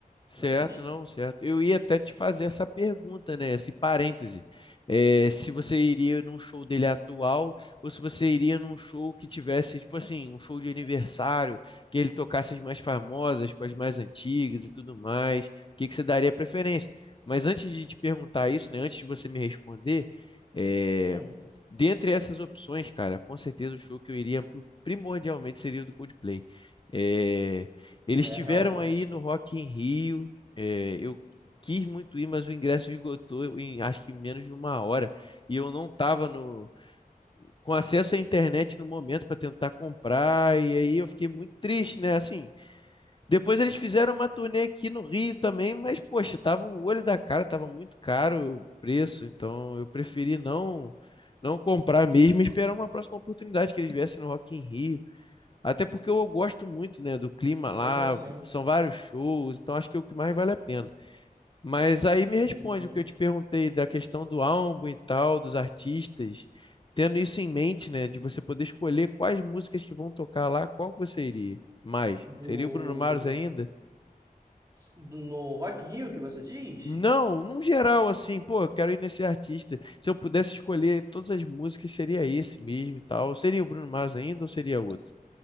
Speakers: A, on the left; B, on the right.
A: Certo,
B: na pista.
A: não, certo. Eu ia até te fazer essa pergunta, né? Esse parêntese. É, se você iria num show dele atual ou se você iria num show que tivesse, tipo assim, um show de aniversário, que ele tocasse as mais famosas, com as mais antigas e tudo mais. O que que você daria preferência? Mas antes de te perguntar isso, né? Antes de você me responder, é,
B: Hum,
A: dentre essas opções, cara, com certeza o show que eu iria primordialmente seria o do Coldplay. É, eles
B: é,
A: tiveram
B: realmente.
A: aí no Rock in Rio. é, eu quis muito ir, mas o ingresso esgotou em acho que em menos de uma hora. E eu não estava no, com acesso à internet no momento para tentar comprar. E aí eu fiquei muito triste, né? Assim, depois eles fizeram uma turnê aqui no Rio também, mas poxa, tava o olho da cara, tava muito caro o preço. Então eu preferi não não comprar mesmo e esperar uma próxima oportunidade que eles viessem no Rock in Rio até porque eu gosto muito, né, do clima
B: Sim,
A: lá,
B: sim.
A: são vários shows, então acho que é o que mais vale a pena. Mas aí me responde
B: Hum,
A: o que eu te perguntei da questão do álbum e tal, dos artistas, tendo isso em mente, né, de você poder escolher quais músicas que vão tocar lá, qual que você iria mais?
B: Do...
A: Seria o Bruno Mars ainda?
B: do- No Rock in Rio que você diz?
A: Não, num geral, assim, pô, eu quero ir nesse artista. Se eu pudesse escolher todas as músicas, seria esse mesmo e tal. Seria o Bruno Mars ainda ou seria outro?